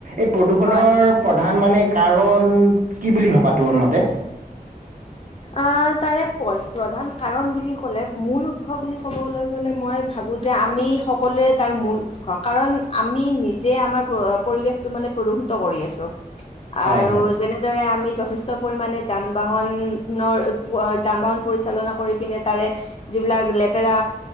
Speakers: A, on the right (about 55°); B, on the left (about 40°).
A: এই প্ৰদূষণৰ
B: হয়
A: প্ৰধান মানে কাৰণ কি বুলি ভাবা তোমাৰ মতে?
B: আ তাৰে প্ৰধান কাৰণ বুলি ক'লে মূল উৎস বুলি ক'বলৈ গলে মই ভাবো যে আমি সকলোৱে তাৰ মূল উৎস। কাৰণ আমি নিজে আমাৰ পৰিৱেশটো মানে প্ৰদূষিত কৰি আছো।
A: হয়
B: আৰু
A: হয়
B: যেনেদৰে আমি যথেষ্ট পৰিমাণে যান বাহন ধৰনৰ যান বাহন পৰিচালনা কৰি পিনে তাৰে যিবিলাক লেতেৰা